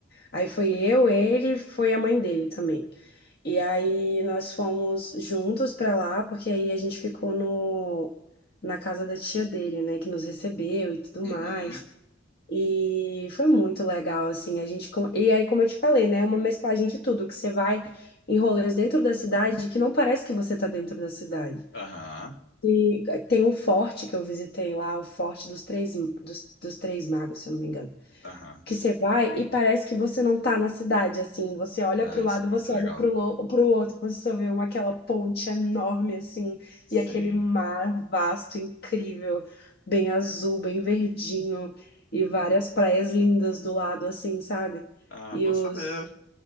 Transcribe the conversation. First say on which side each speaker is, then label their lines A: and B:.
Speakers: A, on the left; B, on the left.
A: Aí foi eu, ele, foi a mãe dele também. E aí nós fomos juntos pra lá, porque aí a gente ficou no na casa da tia dele, né, que nos recebeu e tudo
B: Uhum,
A: mais. E foi muito legal, assim, a gente... com- E aí, como eu te falei, né, uma mesclagem de tudo, que você vai em rolês dentro da cidade que não parece que você tá dentro da cidade.
B: aham,
A: E eh, tem um forte que eu visitei lá, o Forte dos Três, dos, dos Três Magos, se eu não me engano
B: aham.
A: que você vai e parece que você não tá na cidade, assim. Você olha
B: Ah,
A: pro
B: isso
A: lado,
B: é muito
A: você
B: legal.
A: olha pro, lo, pro outro, você só vê uma, aquela ponte enorme, assim,
B: Sim.
A: e aquele mar vasto, incrível, bem azul, bem verdinho, e várias praias lindas do lado, assim, sabe?
B: Ah,
A: E
B: bom
A: os,
B: saber.